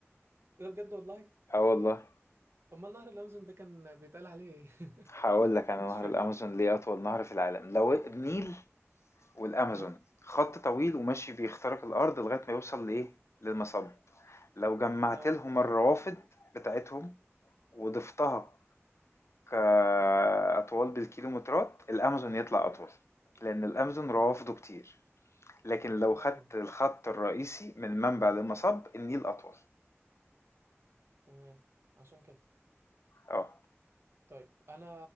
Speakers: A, on the right; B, on the left.
A: ده بجد والله
B: اه والله
A: أمال نهر الأمازون ده كان بيتقال عليه ايه؟ <laughs>
B: هقول لك انا
A: مش
B: نهر
A: فاكر
B: الامازون ليه اطول نهر في العالم لو النيل والامازون
A: اه
B: خط طويل وماشي بيخترق الارض لغايه ما يوصل لايه للمصب لو جمعت
A: اه
B: لهم الروافد بتاعتهم وضفتها كاطوال بالكيلومترات الامازون يطلع اطول لان الامازون روافده كتير لكن لو خدت
A: اه
B: الخط الرئيسي من المنبع للمصب النيل أطول
A: تمام عشان كده
B: اه
A: طيب انا